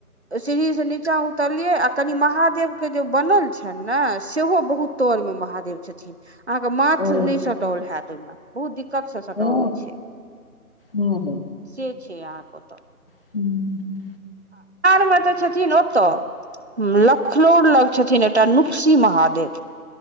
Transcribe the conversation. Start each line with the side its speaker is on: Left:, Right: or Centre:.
Right: सीढ़ी से नीचाँ उतरलियै आ कनि महादेव के जे बनल छनि नहि सेहो बहुत तोर मे महादेव छथिन अहाँके माथ
Left: ओ
Right: नहि सटाओल होयत ओहिमे बहुत दिक्कतसँ सटल
Left: ओ
Right: होइ छै
Left: ओ
Right: से छै अहाँके ओतऽ
Left: <inaudible>
Right: आरमे तऽ छथिन ओ तऽ लखनौर लग छथिन एकटा नुपसी महादेव